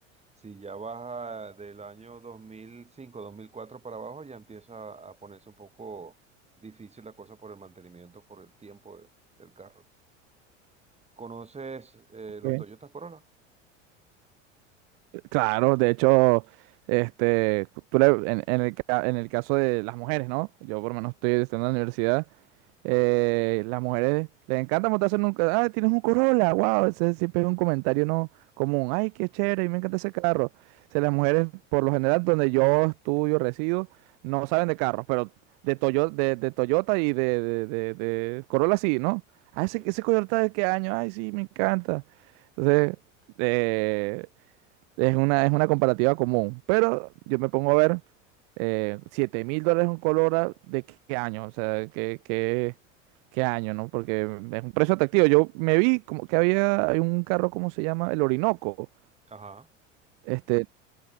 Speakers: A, on the right; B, on the right.
A: si ya baja del año dos dos mil cinco dos mil cuatro para abajo, ya empieza a ponerse un poco difícil la cosa por el mantenimiento, por el tiempo de- del carro. ¿Conoces eh,
B: Ok.
A: los Toyota Corolla?
B: Claro, de hecho, este, tú le- en, en el, ca- en el caso de las mujeres, ¿no? Yo por lo menos estoy estudiando en la universidad. eh,
A: Ah,
B: las mujeres les encanta montarse en un... ca- Ah, tienes un Corolla, wow, ese siempre es un comentario no común. Ay, qué chévere,
A: sí,
B: me encanta ese carro. O sea, las mujeres, por lo general, donde yo estudio, resido, no saben de carros, pero de, Toyo- de, de Toyota y de, de, de- de Corolla sí, ¿no? Ah,
A: sí.
B: ese, ese Toyota de qué año, ay, sí, me encanta. Entonces... Eh, es una, es una comparativa común, pero yo me pongo a ver eh, 7 mil dólares un color ah, de qué qué año, o sea, qué, qué, qué año, ¿no? Porque es un precio atractivo. Yo me vi como que había hay un carro, ¿cómo se llama? El Orinoco.
A: Ajá.
B: Este,